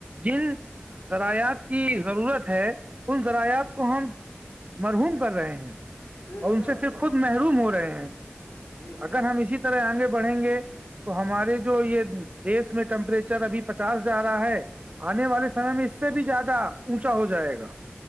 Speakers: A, on the right; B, on the left.
A: جن ذرایات کی ضرورت ہے ان ذرایات کو ہم مرحوم کر رہے ہیں
B: ہے بے
A: اور
B: شک
A: ان سے پھر
B: بے
A: خود
B: شک
A: محروم ہو رہے ہیں
B: بے شک
A: اگر ہم اسی آگے بڑھیں گے تو ہمارے جو یہ دیش میں ٹیمپریچر ابھی پچاس جا رہا ہے آنے والے سمے میں اس سے بھی زیادہ اونچا ہو جائے گا